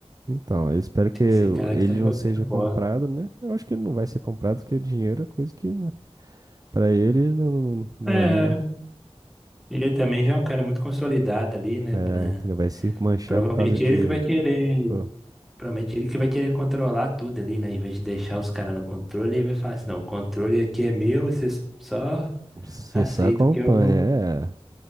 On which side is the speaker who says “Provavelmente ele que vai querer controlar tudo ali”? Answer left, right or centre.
Centre